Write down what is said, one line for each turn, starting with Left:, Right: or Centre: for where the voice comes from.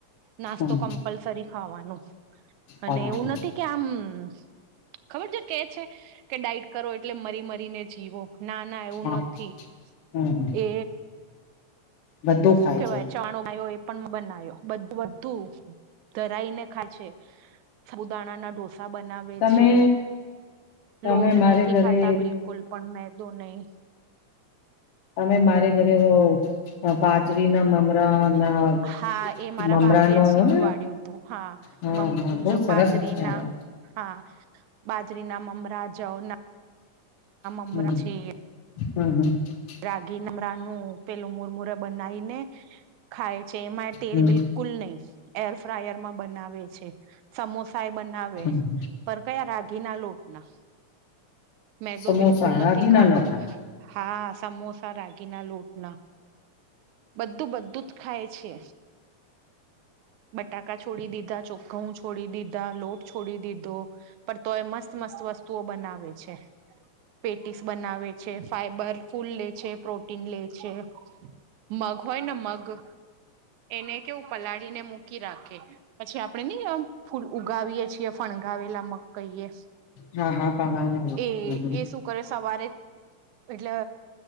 Right: નાસ્તો
Left: હમ
Right: કમ્પલસરી ખાવાનો અને
Left: હમ
Right: એવું
Left: હમ
Right: નથી કે આમ હમ ખબર છે કે છે કે ડાઇટ કરો એટલે મરી મરીને જીવો ના ના એવું
Left: હા
Right: નથી
Left: હમ
Right: એ
Left: બધું
Right: શું
Left: ખાય
Right: કેવાય
Left: છે
Right: ચાણો આવ્યો હોય પણ બનાયો બધું ધરાઈને ખાજે છુંદાણા ના ઢો ડોસા બનાવે
Left: તમે
Right: છે
Left: તમે
Right: લોટ
Left: મારે
Right: નથી
Left: ઘરે
Right: ખાતા બિલકુલ પણ મે મેંદો નહી
Left: અને મારે ઘરે બાજરીના મમરા ના
Right: હા એ મારા
Left: મમરા
Right: ભાભી
Left: નો
Right: એ જ શીખવાડ્યું
Left: ને
Right: હતું હા
Left: હા
Right: મમ
Left: હા બહુ સરસ
Right: બાજરીના
Left: વિચારો
Right: હા બાજરીના મમરા જવના
Left: હમ
Right: મમરા છે
Left: હમ હમ
Right: રાગી મમરા નું પેલું મુરમૂરે બનાવી ને ખાય છે એમાં એ તેલ
Left: હમ
Right: બિલકુલ નહી એર ફ્રાયર માં બનાવે છે સમોસા ખાય બનાવે
Left: હમ
Right: પર કયા રાગી ના લોટના. મેતો
Left: સમોસા
Right: બિલકુલ નથી
Left: રાગીના
Right: ખાતા.
Left: લોટા
Right: હા સમોસા રાગીના લોટના. બધું બધું જ ખાય છે. બટાકા છોડી દીધા, ઘઉં છોડી દીધા, લોટ છોડી દીધો. પણ તોય મસ્ત મસ્ત વસ્તુઓ બનાવે છે પેટીસ બનાવે છે ફાઈબર ફૂલ લે છે, પ્રોટીન લે છે. મગ હોય ને મગ એને કેવું પલાળીને મૂકી રાખે. પછી આપણે ને ફૂલ ઉગાવીએ છીએ ફણગાવેલા મગ કહીએ.
Left: હા હા પગના
Right: એ એ શું કરે સવારે એટલે